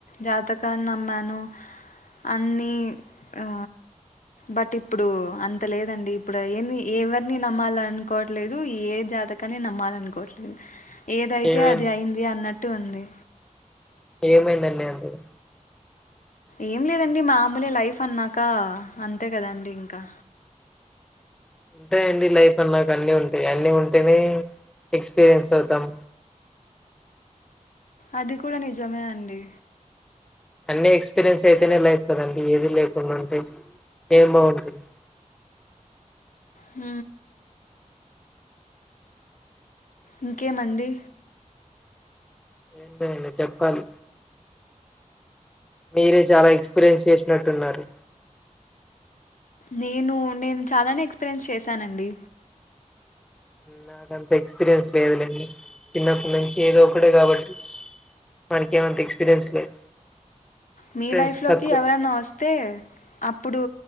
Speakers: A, on the left (about 75°); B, in the centre.
A: జాతకాన్ని నమ్మాను అన్ని ఆ బట్ ఇప్పుడు అంత లేదండి ఇప్పుడు ఏ ఎవరిని నమ్మాలనుకోవట్లేదు ఏ జాతకాన్ని నమ్మాలనుకోట్లేదు ఏదైతే
B: ఏమై
A: అది అయింది అ అటు వంది
B: ఏమైందండి అందుకు
A: ఏం లేదండి మామూలే లైఫ్ అన్నాక అంతే కదాండి ఇంకా
B: ఉంటాయండి లైఫ్ అ నాకు అన్ని ఉంటాయి అన్ని ఉంటేనే ఎక్స్పీరియన్స్ అవుతాం
A: అది కూడా నిజమే అండి
B: అన్ని ఎక్స్పీరియన్స్ అయితేనే లైఫ్ కదండి ఏది లేకుండా ఉంటాయి ఏం బాగుంటుంది
A: హ ఇంకేమండి
B: ఏంట అ చెప్పాల మీరే చాలా ఎక్స్పీరియన్స్ చేస్త నటున్నారు
A: నేను నేను చాలానే ఎక్స్పీరియన్స్ చేశానండి
B: నాకంత ఎక్స్పీరియన్స్ లేదుండి చిన్నప్పటి నుంచి ఏదో ఒకడే కాబట్టి మనక ఏమంత ఎక్స్పీరియన్స్ లేదు
A: మీ
B: ఫ్రెండ్స్
A: లైఫ్ లోకి
B: తక్కువ
A: ఎవరన్నా వస్తే అప్పుడు